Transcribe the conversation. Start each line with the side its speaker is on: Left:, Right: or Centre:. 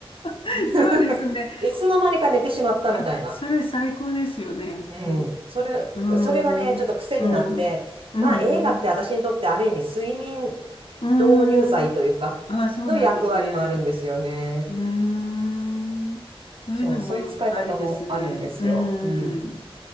Left: <laughs>
Right: <laughs>
Left: そうですね。
Right: いつの間にか寝てしまったみたいな。
Left: あ、それ最高ですよね。
Right: うん。
Left: うん、
Right: それ、
Left: うーん、
Right: それがね、ちょっと癖になって、
Left: うん、う
Right: まあ映画って私にとってある意味睡眠
Left: ん。うーん。
Right: 導入剤というか、
Left: ああ、そうなんですね。
Right: の役割もあるんですよね。
Left: うーん。そういうのもありですね。
Right: そう、そういう使い方もあるんですよ。
Left: うーん。
Right: うん。